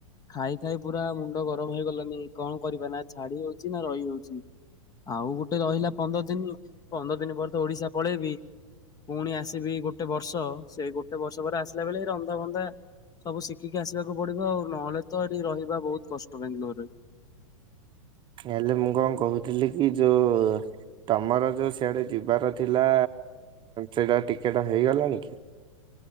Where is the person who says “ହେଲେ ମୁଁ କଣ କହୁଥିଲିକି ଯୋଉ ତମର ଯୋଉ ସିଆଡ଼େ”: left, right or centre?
Right